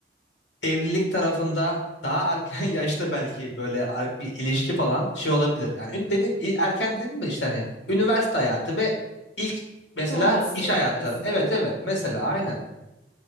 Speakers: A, on the left; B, on the left.
A: evlilik tarafında daha erken <laughs> yaşta belki böyle ar- bir ilişki falan şey olabilir. Yani ün- dedim i- erken dedim mi işte hani üniversite hayatı ve ilk mesela
B: Sonrasında
A: iş hayatları.
B: mı diyorsun
A: Evet
B: hemen?
A: evet mesela aynen.